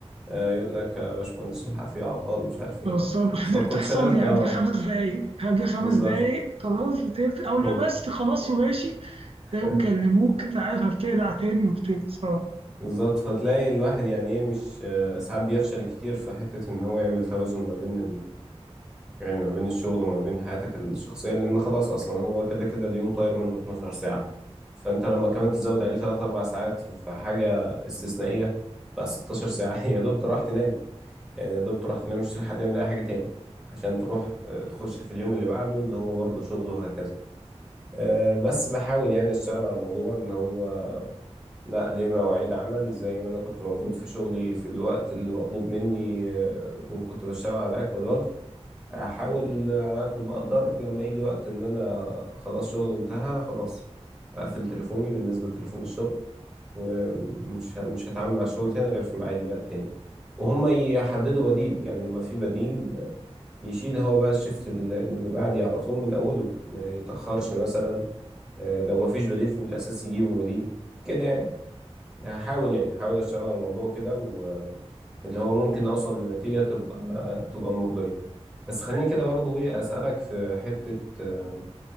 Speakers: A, in the centre; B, on the right.
A: آه، يقول لك يا باشمهندس الحق في أعطال مش عارف إيه
B: بالظبط <laughs>
A: فكنت
B: دي بتحصل
A: شغلت
B: لي
A: آه
B: قبل خمس دقايق قبل خمس
A: بالظبط
B: دقايق خلاص بتقفل او لبست
A: مم.
B: خلاص وماشي
A: <laughs>
B: تلاقيهم كلموك انت عارف هبتقلع تاني وبتقلع صراحة
A: بالظبط فتلاقي الواحد يعني ايه مش آه، ساعات بيفشل كتير في حتة ان هو يعمل توازن ما بين يعني ما بين الشغل وما بين حياتك الشخصية لأن خلاص أصلا هو كده كده اليوم طاير منه 12 ساعة فأنت لما كمان تزود عليه 3 4 ساعات في في حاجة استثنائية بقى 16 ساعة <laughs> يا دوب تروح تنام يعني يا دوب تروح تنام مش تلحق تعمل أي حاجة تاني عشان تروح آه، تخش في اليوم اللي بعده اللي هو برضه شغل وهكذا آه، بس بحاول يعني أشتغل على الموضوع إن هو لا ليه مواعيد عمل زي ما أنا كنت موجود في شغلي في الوقت اللي مطلوب مني آه، وكنت بشتغل على أكمل وجه احاول على قد ما اقدر لما يجي وقت ان انا خلاص شغلي انتهى خلاص اقفل تليفوني بالنسبه لتليفون الشغل ومش ه- مش هتعامل مع الشغل تاني غير في ميعادي بقى التاني وهم يحددوا بديل يعني يبقى في بديل يشيل هو بقى الشفت ال- اللي بعدي على طول من اوله ما يتاخرش مثلا آه، لو ما فيش بديل في الاساس يجيبوا بديل كده يعني هحاول يعني هحاول اشتغل على الموضوع كده واللي هو ممكن اوصل لنتيجه تبقى تبقى مرضيه بس خليني كده برضه ايه اسالك في حته آم،